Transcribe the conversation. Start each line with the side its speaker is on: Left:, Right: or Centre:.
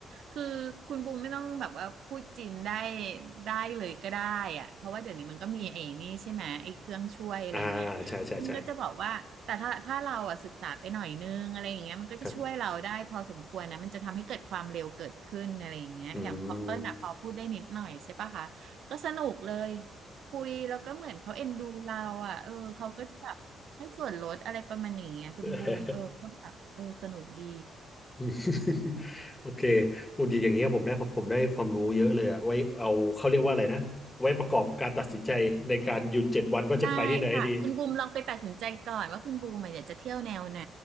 Right: คือคุณบูมไม่ต้องแบบว่าพูดจีนได้ได้เลยก็ได้อะเพราะว่าเดี๋ยวนี้มันก็มีไอ้นี่ใช่ไหมไอ้เครื่องช่วยอะไรเงี้ย
Left: อ่าใช่ใช่ใช่
Right: มันก็จะบอกว่าแต่ถ้าถ้าเราอ่ะศึกษาไปหน่อยนึงอะไรอย่างเงี้ยมันก็จะช่วยเราได้พอสมควรนะมันจะทำให้เกิดความเร็วเกิดขึ้นอะไรอย่างเงี้ยอย่างพอเปิ้ลอ่ะพอพูดได้นิดหน่อยใช่ปะคะก็สนุกเลย
Left: ครับอืม
Right: คุยแล้วก็เหมือนเขาเอ็นดูเราอ่ะเออเขาก็จะแบบให้ส่วนลดอะไรประมาณอย่างเงี้ยคุณบูมเออก็แบบเออสนุกดี
Left: <laughs> <laughs> อืม <laughs> โอเคอุ่นอย่างเงี้ยผมได้ผมได้ความรู้เยอะเลยอะไว้เอาเขาเรียกว่าอะไรนะไว้ประกอบการตัดสินใจในการหยุดเจ็ดวันว่าจะไปที่ไหนดี
Right: ได้ค่ะคุณบูมลองไปตัดสินใจก่อนว่าคุณบูมอะอยากจะเที่ยวแนวไหน